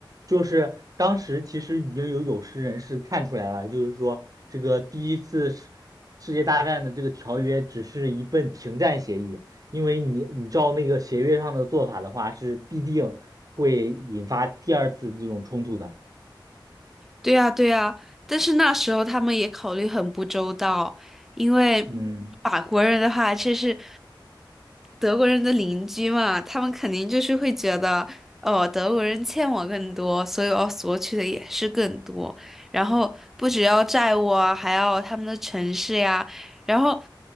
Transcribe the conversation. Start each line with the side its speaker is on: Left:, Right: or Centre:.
Right: 就是当时其实已经有有识人士看出来了，就是说这个第一次世世界大战的这个条约只是一份停战协议，因为你你照那个协约上的做法的话，是必定会引发第二次这种冲突的。
Centre: 对呀，对呀，但是那时候他们也考虑很不周到，因为法国人的话，
Right: 嗯。
Centre: 这是德国人的邻居嘛，他们肯定就是会觉得，哦，德国人欠我更多，所以我要索取的也是更多，然后不只要债务啊，还要他们的城市呀，然后